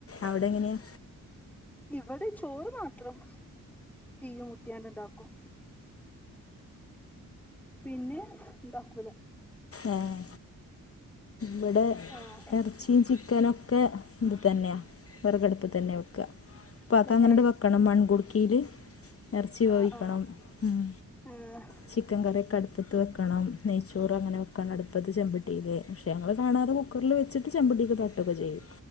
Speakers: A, on the left; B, in the centre.
A: അവിടെ എങ്ങനെയാ?
B: ഇവിടെ ചോറ് മാത്രം തീമൂട്ടിയാണ്ട്‌ ഇണ്ടാക്കും പിന്നെ ണ്ടാക്കൂല
A: ഏഹ് ബടെ
B: ആഹ്
A: എറചീ ചിക്കനൊക്കെ ഇതിതന്നെയാ വെറകടപ്പ്തന്നെ വെക്കാ ഇപ്പാക്ക്
B: തന്നെ
A: അങ്ങനട് വെ ക്കണം മൺങ്കുടിക്കീല് എറച്ചി വേവിക്കണം
B: ആഹ് ആഹ്
A: ഉം
B: ആഹ്
A: ചിക്കൻ കറിയൊക്കെ അടുപ്പത്ത് വെക്കണം നെയ്ച്ചോറ് അങ്ങനെ വെക്ക ക്കണം അടുപ്പത്ത് ചെമ്പട്ടീല് പക്ഷെ ഞങ്ങള് കാണാതെ കുക്കറില് വെച്ചിട്ട് ചെമ്പട്ടിക്ക് തട്ടൊക്കെ ചെയ്യും